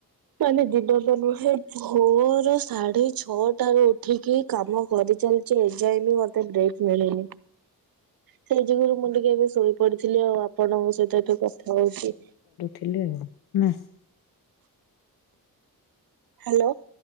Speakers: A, on the right; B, on the left.
A: ମାନେ ଯିବାନ ନୁହଁ ଭୋର ସାଢେ ଛଅଟ ର ଉଠିକି କାମ କରିଚାଲି ଏ ଯାଏଁ ବି ମୋତେ ବ୍ରେକ୍ ମିଳେନି। ସେଇ ଯୁଗରୁ ମୁଁ ଟିକେ ଏବେ ଶୋଇ ପଡିଥିଲି ଆଉ ଆପଣଙ୍କ ସହିତ ଏିକେ କଥା ହଉଛି।
B: ଥିଲେ ଆଉ ନା।
A: ହ୍ୟାଲୋ